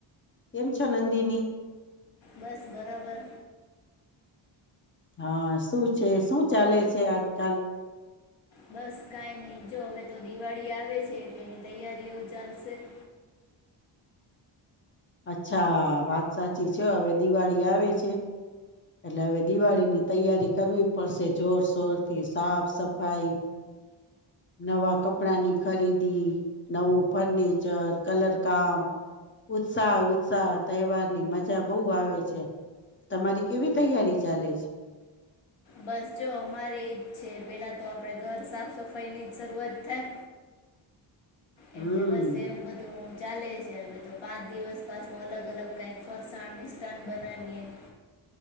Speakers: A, on the left; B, on the left.
A: કેમ છો, નંદીની
B: બસ, બરાબર
A: હા શું છે શું ચાલે છે આજકાલ
B: બસ કઈ નઈ જો હવે તો દિવાળી આવે છે એટલે એની તૈયારીઓ ચાલશે હ
A: અચ્છા વાત સાચી છે હવે દિવાળી આવે છે એટલે હવે દિવાળીની તૈયારી કરવી પડશે જોરશોરથી સાફ સફાઈ નવા કપડાની ખરીદી નવું ફર્નિચર કલરકામ ઉત્સાહ ઉત્સાહ તહેવારની મજા બહુ આવે છે તમારી કેવી તૈયારી ચાલે છે
B: બસ જો અમારે એજ છે પેલા તો આપડે ઘર સાફ સફાઈ ની જ શરૂઆત થાય
A: હમ
B: એટલે બસ એવું બધું ચાલે છે હવે તો પાંચ દિવસ પાછું અલગ અલગ કઈક ફરસાણ નિિષાન બનાવીએ હ